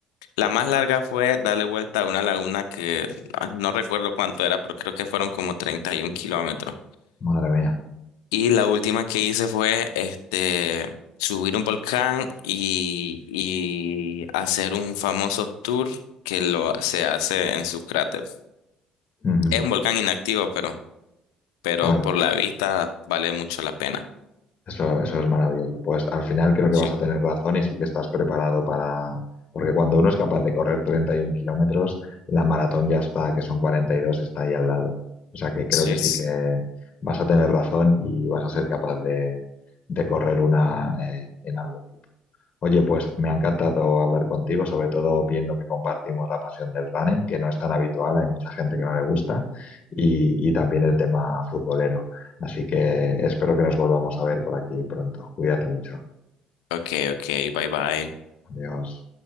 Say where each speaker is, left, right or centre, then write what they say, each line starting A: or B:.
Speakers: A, on the left; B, on the left.
A: la más larga fue darle vuelta a una laguna que ah, no recuerdo cuánto era, pero creo que fueron como 31 kilómetros.
B: Madre mía.
A: Y la última que hice fue este, subir un volcán y, y hacer un famoso tour que lo, se hace en su cráter.
B: Ujú.
A: Es un volcán inactivo, pero, pero
B: Vale.
A: por la vista vale mucho la pena.
B: Eso, eso es maravilloso. Pues al final creo que
A: Sí.
B: vas a tener razón y sí que estás preparado para... Porque cuando uno es capaz de correr 31 kilómetros, la maratón ya está, que son cuarenta y dos está ahí al lado. O sea que creo
A: Sí.
B: que sí que vas a tener razón y vas a ser capaz de, de correr una eh, en algún Oye, pues me ha encantado hablar contigo, sobre todo viendo que compartimos la pasión del running, que no es tan habitual, hay mucha gente que no le gusta, y, y también el tema futbolero. Así que espero que nos volvamos a ver por aquí pronto. Cuídate mucho.
A: Ok, ok, bye bye.
B: Adiós.